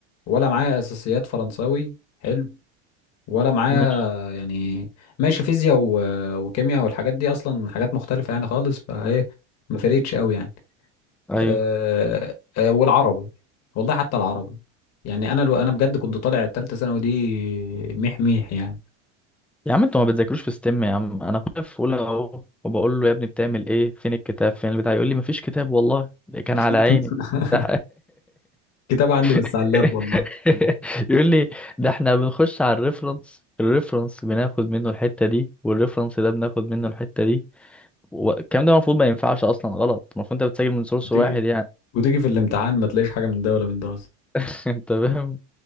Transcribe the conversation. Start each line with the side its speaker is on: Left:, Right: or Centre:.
Left: ولا معايا اساسيات فرنساوي حلو ولا معايا
Centre: ماشي
Left: يعني ماشي فيزياء و- وكيمياء والحاجات دي اصلا حاجات مختلفة يعني خالص فايه ما فرقتش قوي يعني
Centre: ايوه
Left: آه آه والعربي والله حتى العربي يعني انا لو انا بجد كنت طالع التالتة ثانوي دي ميح ميح يعني
Centre: يا عم انتوا ما بتذاكروش في ستيم يا عم انا اخويا في اولى اهو وبقول له يا ابني بتعمل ايه فين الكتاب فين البتاع يقول لي مفيش كتاب والله ده كان
Left: <laughs>
Centre: على عيني ده
Left: كتاب عندي بس
Centre: <laughs>
Left: على اللاب والله
Centre: يقول لي ده احنا بنخش على الريفرنس الريفرنس بناخد منه الحتة دي والريفرنس ده بناخد منه الحتة دي والكلام ده المفروض ما ينفعش اصلا غلط المفروض انت بتسجل من سورس
Left: وتيجي
Centre: واحد يعني
Left: وتيجي في الامتحان ما تلاقيش حاجة من ده ولا من ده
Centre: <laughs> انت فاهم